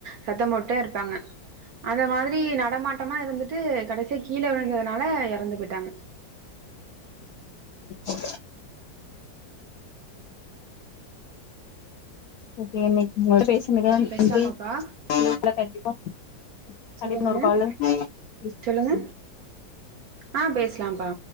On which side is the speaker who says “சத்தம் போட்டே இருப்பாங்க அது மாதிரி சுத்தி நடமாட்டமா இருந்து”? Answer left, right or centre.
Right